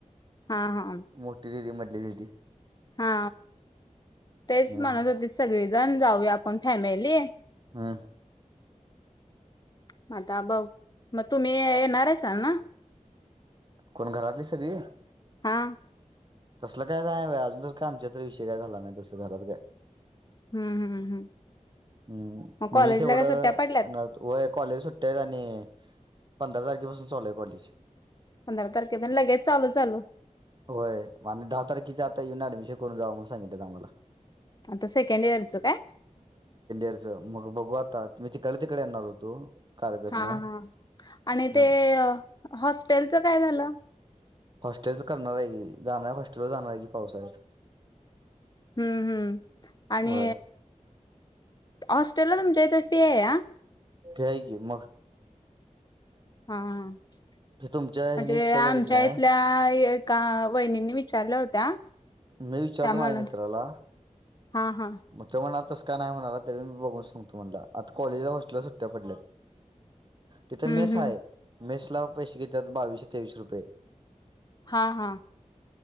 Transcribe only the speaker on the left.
हा हा
हा तेच
म्हणत होतीत सगळीजण जाऊया आपण फॅमिली
म आता बघ तुम्ही येणारेसा ना
हा.
हम्म हम्म हम्म
मग कॉलेजला
काय सुट्ट्या पडल्यात
पंधरा तारखेपर्यंत लगेच चालू चालू
आता सेकंड इयरचं काय
हा हा आणि
ते हॉस्टेलचं काय झालं?
हम्म हम्म आणि
हॉस्टेलला तुमच्या इथे फी हाया
हा म्हणजे
आमच्या
इथल्या का वहिणींनी विचारलं होत्या
त्या म्हणत
हा हा
हम्म
हम्म
हा हा